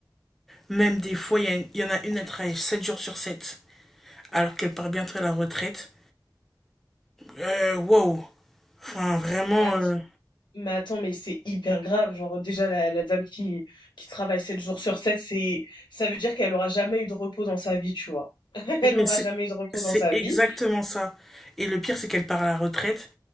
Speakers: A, in the centre; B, on the left.
A: Même des fois, il y, y en a une, elle travaille 7 jours sur 7, Alors qu'elle part bientôt à la retraite. Euh, wow Enfin, vraiment.
B: Bah,
A: euh,
B: Mais attends, mais c'est hyper grave. Genre, déjà, la, la dame qui, qui travaille 7 jours sur 7 c'est, ça veut dire qu'elle aura jamais eu de repos dans sa vie, tu vois. <laughs> Elle
A: Mais
B: aura
A: c'est
B: jamais eu de repos
A: c'est
B: dans sa
A: exactement
B: vie.
A: ça. Et le pire, c'est qu'elle part à la retraite.